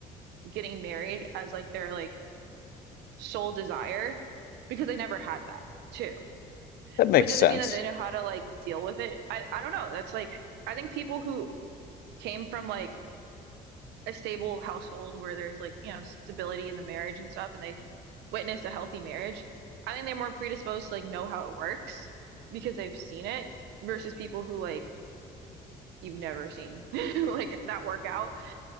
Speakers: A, on the right (about 80°); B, on the left (about 65°).
A: getting married as like their like sole desire because they never had that too.
B: That makes
A: But it
B: sense.
A: doesn't mean that they know how to like deal with it. I I don't know. That's like I think people who came from like a stable household where there's like, you know, stability in the marriage and stuff and they witnessed a healthy marriage, I think they're more predisposed to like know how it works because they've seen it versus people who like you've never seen <laughs> like that workout.